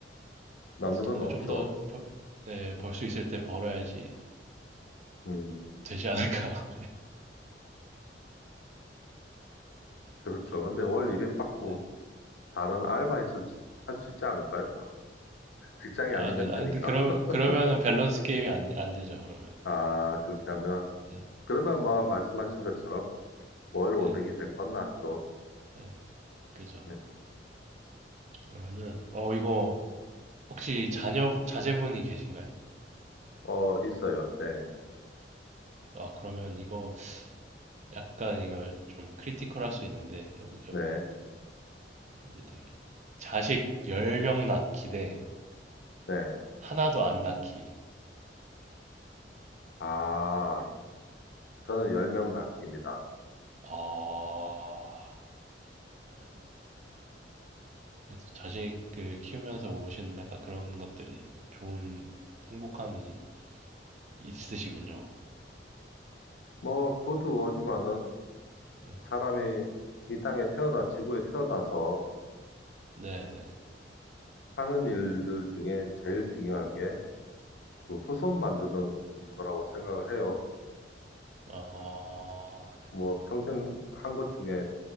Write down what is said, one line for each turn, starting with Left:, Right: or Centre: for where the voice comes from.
Left: 남는
Right: 그래도 돈을
Left: 건 없죠.
Right: 좀 더 벌, 네, 벌 수 있을 때 벌어야지
Left: 음,
Right: 되지 않을까.
Left: 그렇죠.
Right: <laughs>
Left: 근데
Right: 고
Left: 월 200 받고
Right: 네.
Left: 다른 알바 있을, 할 수 있지 않을까요? 직장이
Right: 아,
Left: 아니면
Right: 그, 아,
Left: 되니까.
Right: 근데 그러,
Left: <laughs>
Right: 그러면은 밸런스 게임이 안, 안 되죠, 그러면.
Left: 아, 그렇게 하면.
Right: 네,
Left: 그러면 뭐, 말씀하신 것처럼 월
Right: 네,
Left: 500이 100번 낫죠.
Right: 네, 그죠.
Left: 네.
Right: 그러면은, 어, 이거, 혹시 자녀, 자제분이 계신가요?
Left: 어, 있어요. 네,
Right: 아, 그러면 이거, 약간 이거 좀 크리티컬 할 수 있는데, 한번
Left: 네,
Right: 여- 문제 드릴게요. 자식 10명 낳기 대
Left: 네.
Right: 하나도 안 낳기.
Left: 아, 저는 10명 낳기입니다.
Right: 어, 그래도, 그래도 자식을 키우면서 오시는 약간 그런 것들이 좋은 행복함이 있으시군요.
Left: 뭐, 그것도 그거지만은
Right: 네,
Left: 사람이 이 땅에 태어나, 지구에 태어나서
Right: 네, 네.
Left: 하는 일들 중에 제일 중요한 게 그 후손 만드는 거라고 생각을 해요.
Right: 아,
Left: 뭐 평생 한 것 중에